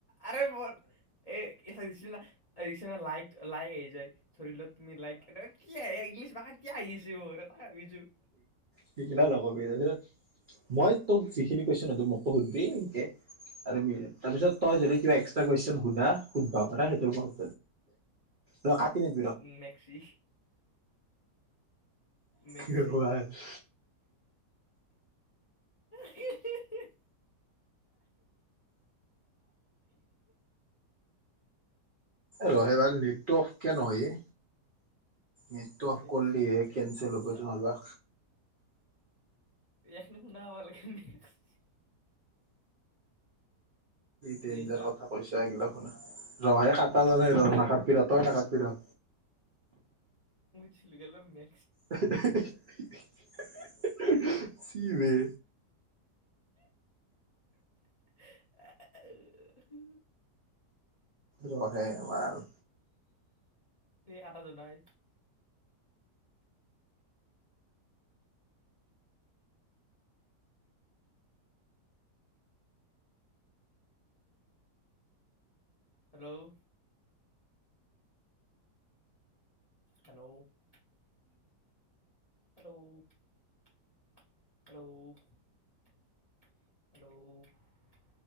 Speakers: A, on the left; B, on the right.
A: আৰে মোৰ এ', কি চাইচিলনা, আহিছেনে লাইক', - লাইক', আহি যায়। ধৰি লোৱা, তুমি লাইক এনেকা কি আহে এই ইংলিশ মাখা কিয়া আহি আছে মোৰ, তাকে ভাবি আছোঁ।
B: সেইগিলা লগাবি, তাৰপিছত মই তোক যিখিনি কৈছোঁ ন ', ত', মোকো সোধবি সেনকে আৰু মিলে, তাৰপিছত তই
A: হ'ব
B: যদি
A: দে হ'ব
B: কিবা
A: দে
B: এক্সট্ৰা -কুৱেশ্যন সুধা, সুধবা পাৰা, <unintelligible> ৰ', কাটি নেদ
A: উম', মেক্সি, মেক্সি,
B: ৰহে
A: <unintelligible>
B: ৰহে' ৰ', নেটটো অফ কীয়া নহয়ে? নেটতো অফ
A: মেক্সি
B: কৰিলিহে
A: বোলে
B: কেনচেল হ'ব
A: চাল
B: নহলবা।
A: এখনি খুনা পাবা লাগে নে <unintelligible>
B: ডেঞ্জাৰ
A: দে কাত
B: কথা কৈছা এইগিলাক শুনা, ৰহাই কাটা জানাই ৰ
A: অ
B: নাগাতবি তই নাগাতবি ৰ।
A: চিল গেল মে
B: আহ -আহ -আহ চিমে
A: অহ <unintelligible> উ
B: ৰহে মাৰ
A: আটা জাই হেল্ল' হেল্ল' <unintelligible> হেল্ল' <unintelligible> হেল্ল' <unintelligible> <unintelligible>